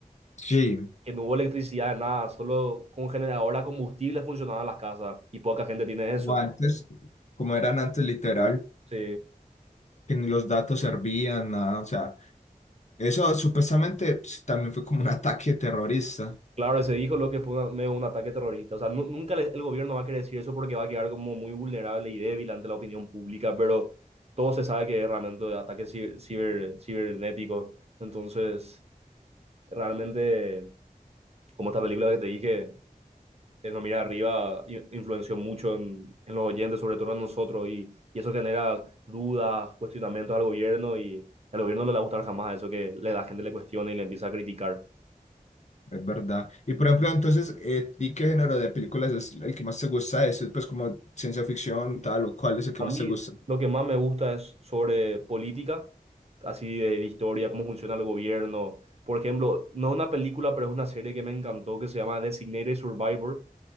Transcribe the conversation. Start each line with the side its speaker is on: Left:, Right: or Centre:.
Left: Sí,
Right: que no hubo electricidad, nada, solo con generador a combustible funcionaban las casas y poca gente tiene eso.
Left: o antes, como eran antes literal,
Right: Sí,
Left: que ni los datos servían, nada, o sea, eso supuestamente pues, también fue como un ataque terrorista.
Right: claro, se dijo lo que fue una- medio un ataque terrorista. O sea, nu- nunca le- el gobierno va a querer decir eso porque va a quedar como muy vulnerable y débil ante la opinión pública, pero todo se sabe que es realmente ataque ciber, ciber- cibernético. Entonces... Realmente, como esta película que te dije, El No Mira Arriba, i- influenció mucho en, en los oyentes, sobre todo en nosotros, y, y eso genera dudas, cuestionamientos al gobierno, y al gobierno no le va a gustar jamás eso que le- la gente le cuestione y le empieza a criticar.
Left: Es verdad. Y por ejemplo, entonces, eh, ¿y qué género de películas es el que más te gusta? ¿Es pues como ciencia ficción, tal o cual es el que
Right: A
Left: más
Right: mí
Left: te gusta?
Right: lo que más me gusta es sobre política, así de, de historia, cómo funciona el gobierno. Por ejemplo, no una película, pero es una serie que me encantó que se llama Designated Survivor